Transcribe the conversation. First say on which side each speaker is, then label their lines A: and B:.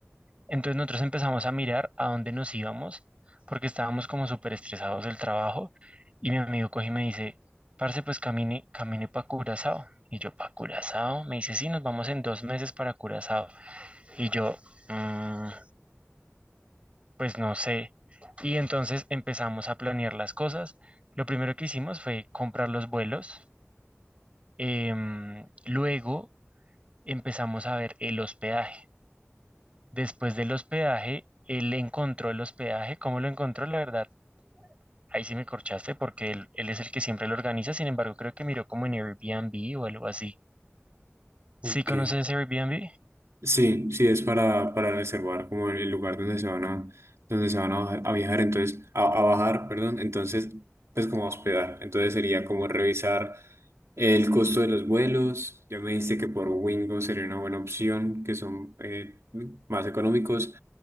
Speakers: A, on the right (about 25°); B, on the right (about 80°).
A: Entonces, nosotros empezamos a mirar a dónde nos íbamos, porque estábamos como súper estresados del trabajo. Y mi amigo coge y me dice, parce, pues camine, camine para Curazao. Y yo, ¿para Curazao? Me dice, sí, nos vamos en dos meses para Curazao. Y yo, "Mm, pues no sé. Y entonces empezamos a planear las cosas. Lo primero que hicimos fue comprar los vuelos. Em, luego empezamos a ver el hospedaje. Después del hospedaje, él encontró el hospedaje. ¿Cómo lo encontró? La verdad, ahí sí me corchaste porque él, él es el que siempre lo organiza. Sin embargo, creo que miró como en Airbnb o algo así.
B: ok.
A: ¿Sí conoces Airbnb?
B: Sí, sí, es para, para reservar como el el lugar donde se van a, donde se van a, bajar- a viajar, entonces, a, a bajar, perdón, entonces, pues como a hospedar. Entonces sería como revisar el costo de los vuelos. Ya me dijiste que por Wingo sería una buena opción, que son eh, más económicos.